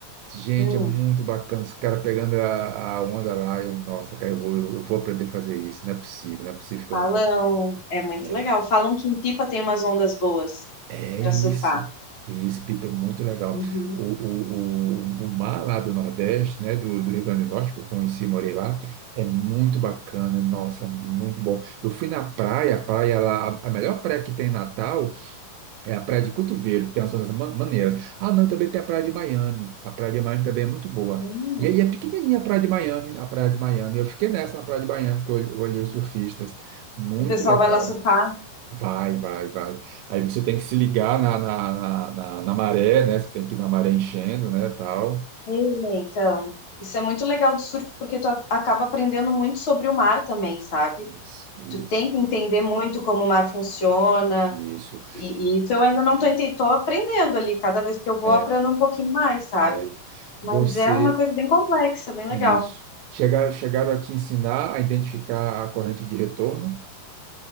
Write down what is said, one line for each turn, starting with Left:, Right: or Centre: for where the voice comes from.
Right: Gente,
Left: Hum,
Right: é muito bacana. Os caras pegando a, a onda lá. Eu, nossa, cara, eu vou, eu, eu vou aprender a fazer isso. Não é possível, não é possível que
Left: falam.
Right: eu não consiga.
Left: É muito
Right: É.
Left: legal. Falam que em Pipa tem umas ondas boas
Right: É
Left: para
Right: isso.
Left: surfar.
Right: é Isso, Pipa, é muito legal.
Left: Uhum.
Right: O, o, o, o mar lá do Nordeste, né, do, do Rio Grande do Norte, que eu conheci, morei lá, é muito bacana, nossa, muito bom. Eu fui na praia, a praia lá, a melhor praia que tem em Natal é a Praia de Cotovelo, tem as zonas ma- maneiras. Ah, não, também tem a Praia de Miami, a Praia de Miami também é muito boa.
Left: Hum,
Right: E aí é pequenininha a Praia de Miami, a Praia de Miami. Eu fiquei nessa na Praia de Miami, que eu eu olhei os surfistas, muito
Left: O pessoal
Right: legal.
Left: vai lá surfar.
Right: Vai, vai, vai. Aí você tem que se ligar na, na, na, na- na maré, né? Você tem que ir na maré enchendo, né? Tal.
Left: É, Então, isso é muito legal de surf porque tu a- acaba aprendendo muito sobre o mar também, sabe?
Right: Isso, isso,
Left: Tu tem que entender
Right: isso.
Left: muito como o mar funciona
Right: Isso.
Left: E, e isso eu ainda não tô entendendo, tô aprendendo ali, cada vez que eu vou
Right: É,
Left: eu aprendo um pouquinho mais, sabe?
Right: é.
Left: Mas
Right: Você.
Left: é uma coisa bem complexa, bem legal.
Right: Isso. Chegaram, chegaram a te ensinar a identificar a corrente de retorno?